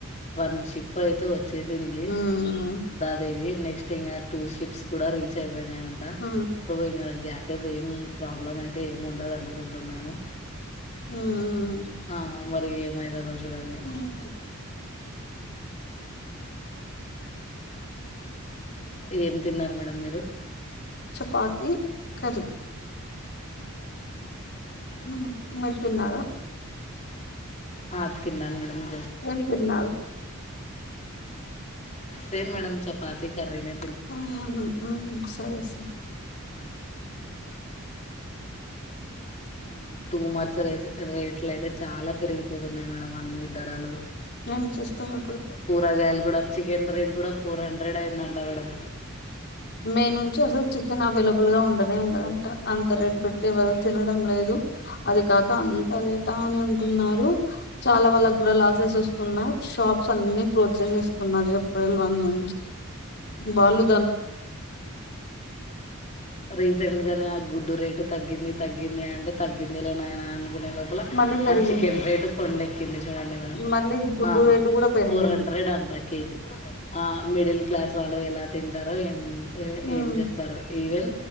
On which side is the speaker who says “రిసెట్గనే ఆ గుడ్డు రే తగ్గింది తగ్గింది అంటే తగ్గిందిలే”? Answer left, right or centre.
Left